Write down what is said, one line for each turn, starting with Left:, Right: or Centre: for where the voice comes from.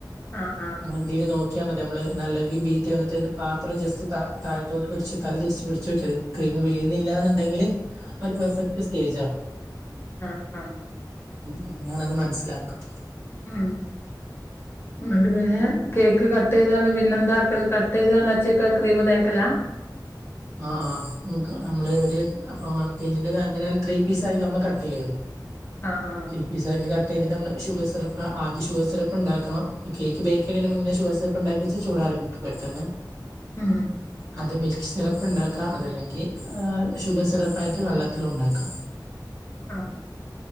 Left: ആഹ് ആഹ്
Right: നമ്മൾ എന്ത നോക്കിയാ മതി നമ്മള് നല്ല രീതി ബീറ്റ് വന്നിട്ട്ന്നെ പാത്രം ജസ്റ്റ് താ താഴത്തോട്ട് പിടിച്ച് തല തിരിച്ച് പിടിച്ച് നോക്കിയ മതി ക്രീം വീഴുന്നില്ല എന്നുണ്ടെങ്കിൽ ഒരു പെർഫെക്ട് സ്റ്റേജണ്
Left: ആ ആ
Right: ഉ <unintelligible> മനസ്സിലാക്കും
Left: ഉം എന്നട്ട് പിന്നെ കേക്ക് കട്ട് ചെയ്തണ്ട് പിന്നെ എന്താക്കല് കട്ട് ചെയ്താണ്ട് വച്ച ക്രീം തേക്കലാ?
Right: ആഹ് ആഹ് നമ്മള് ഒരു അപ്പൊ വൺ കെ ജിന്റെ എങ്ങനയിലും ത്രീ പീസ് ആയി നമ്മൾ കട്ട് ചെയ്യുവല്ലോ.
Left: ആഹ് ആഹ്.
Right: പിസ്സക്കി കട്ട് ചെയ്തിട്ട് നമ്മൾ ഷുഗർസിറപ്പ് ആ ഷുഗർ സ്യറപ്പ് ഉണ്ടാക്കണം കേക്ക് ബേക്ക് ചെയണന് മുന്നേ ഷുഗർസ്യറപ്പ് ഉണ്ടാക്കിവച്ച ചൂടാറി കിട്ടും പെട്ടെന്ന്.
Left: ഉം.
Right: അത് മിൽക്ക് സിറപ്പ് ഉണ്ടാക്കാം അതല്ലെങ്കിൽ ഹാ ഷുഗർ സിറപ്പ ആയിട്ട് വെള്ളത്തിലും ഉണ്ടാക്കാം.
Left: ആഹ്.